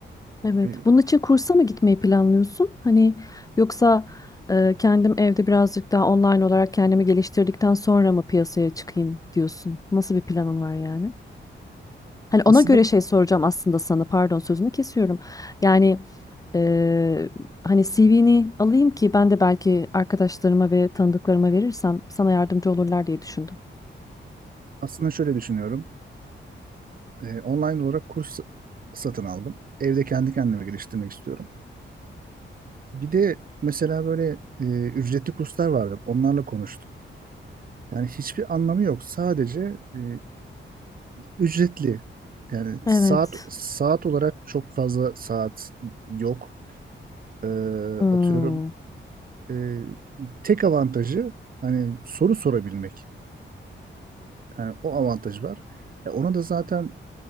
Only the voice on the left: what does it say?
Evet.
Bunun için kursa mı gitmeyi planlıyorsun? Hani yoksa e, kendim evde birazcık daha online olarak kendimi geliştirdikten sonra mı piyasaya çıkayım diyorsun? Nasıl bir planın var yani? Hani
ona göre şey soracağım aslında sana. Pardon sözünü kesiyorum. Yani eee, hani CV'ni alayım ki ben de belki arkadaşlarıma ve tanıdıklarıma verirsem sana yardımcı olurlar diye düşündüm.
Evet.
Hmm.